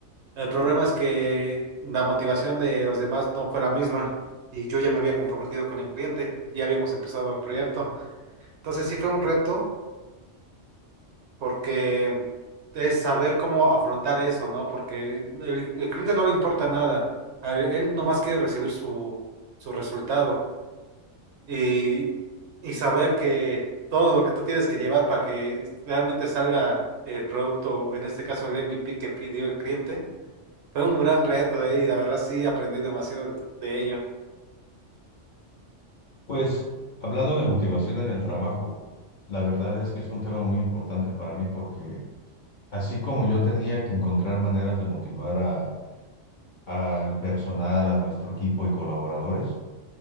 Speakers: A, on the right (about 65°); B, on the left (about 50°).
A: El problema es que la motivación de los demás no fue la misma y yo ya me había comprometido con el cliente, ya habíamos empezado el proyecto. Entonces sí fue un reto porque es saber cómo afrontar eso, ¿no? Porque el, el cliente no le importa nada, a él, él nomás quiere recibir su, su resultado y, y saber que todo lo que tú tienes que llevar para que realmente salga el producto, en este caso el MVP que pidió el cliente, fue un gran reto, ¿eh? Y la verdad sí aprendí demasiado de ello.
B: Pues hablando de motivación en el trabajo, la verdad es que es un tema muy importante para mí porque así como yo tenía que encontrar maneras de motivar a, al personal, a nuestro equipo y colaboradores,